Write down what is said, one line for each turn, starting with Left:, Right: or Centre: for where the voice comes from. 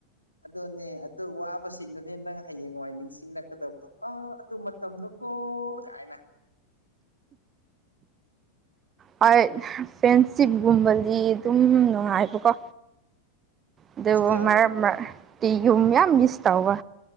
Left: ꯑꯗꯨꯅꯦ ꯑꯗꯨ ꯋꯥꯕꯁꯤꯡꯗꯨꯅꯦ ꯅꯪ ꯍꯥꯌꯦꯡꯋꯥꯏ ꯅꯤꯡꯁꯤꯡꯂꯛꯀꯗꯕꯗꯣ ꯑꯥ ꯑꯗꯨ ꯃꯇꯝꯗꯣ ꯑꯣ ꯀꯥꯏꯅ
Right: ꯍꯣꯏ ꯐ꯭ꯔꯦꯟꯁꯤꯞꯀꯨꯝꯕꯗꯤ ꯑꯗꯨꯝ ꯅꯨꯡꯉꯥꯏꯕꯀꯣ ꯑꯗꯨꯕꯨ
Left: ꯍꯣꯁꯇꯦꯜ
Right: ꯃꯔꯛ ꯃꯔꯛꯇꯤ ꯌꯨꯝ ꯌꯥꯝ ꯃꯤꯁ ꯇꯧꯕ